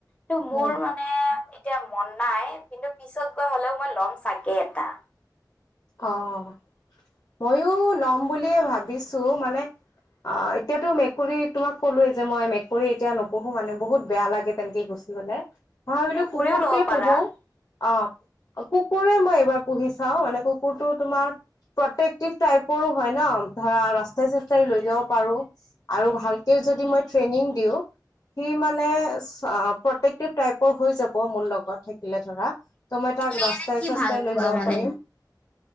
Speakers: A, on the left; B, on the left.
A: টো মোৰ
B: উম।
A: মানে এতিয়া মন নাই। কিন্তু পিছত গৈ হলেও মই ল'ম। চাগে এটা।
B: অ' ময়ো লম বুলিয়ে ভাবিছো, মানে অ এতিয়াতো মেকুৰী তোমাক কলোৱে যে মই মেকুৰী এতিয়া নোপোহো। মানে বহুত বেয়া লাগে তেনেকে গুছি গ'লে ভাবিলো
A: মেকুৰীও
B: কুকুৰটোৱে
A: ল'ব পাৰা
B: পুহো। অ কুকুৰে মই এইবাৰ পুহি চাও মানে কুক কুকুৰটো তোমাৰ প্ৰটেকটিভ টাইপৰো হয় ন ধৰা ৰাস্তাই-চাস্তাই লৈ যাব পাৰো আৰু ভালকে যদি মই ট্ৰেইনিঙ দিও, সি মানে প্ৰটেক্টিভ টাইপৰ হৈ যাব, মোৰ লগত থাকিলে ধৰা। ত'মই তাক
A: তুমি
B: ৰাস্তাই-চাস্তাই
A: এনে কি ভাল
B: লৈ
A: পোৱা
B: যাব
A: মানে
B: পাৰিম।